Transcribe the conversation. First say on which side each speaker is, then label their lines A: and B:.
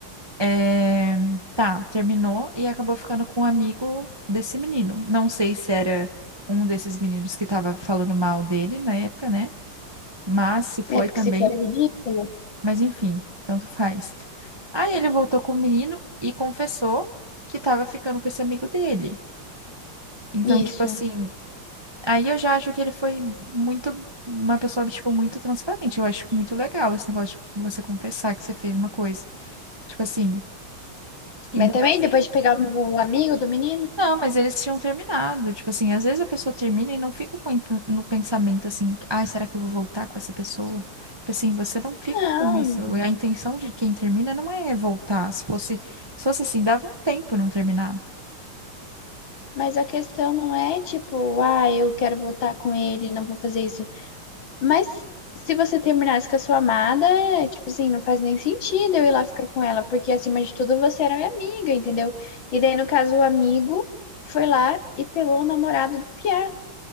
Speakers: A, on the right; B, on the left.
A: É, tá, terminou e acabou ficando com um amigo desse menino. Não sei se era um desses meninos que tava falando mal dele na época, né? Mas se foi
B: É porque
A: também.
B: se for é ridículo.
A: Mas enfim, tanto faz. Aí ele voltou com o menino e confessou que tava ficando com esse amigo dele. Então,
B: Isso.
A: tipo assim, aí eu já acho que ele foi muito, uma pessoa, tipo, muito transparente. Eu acho muito legal esse negócio de você confessar que você fez uma coisa. Tipo assim, ainda
B: Mas também
A: mais
B: depois de pegar o amigo do menino?
A: Não, mas eles tinham terminado. Tipo assim, às vezes a pessoa termina e não fica com int- no pensamento assim, ai, será que eu vou voltar com essa pessoa? Tipo assim, você não fica
B: Não.
A: com isso. A intenção de quem termina não é voltar. Se fosse, se fosse assim, dava um tempo, não terminava.
B: Mas a questão não é tipo, ah, eu quero voltar com ele, não vou fazer isso Mas se você terminasse com a sua amada, é, tipo assim, não faz nem sentido eu ir lá ficar com ela, porque acima de tudo você era minha amiga, entendeu? E daí, no caso, o amigo foi lá e pegou o namorado do Pierre.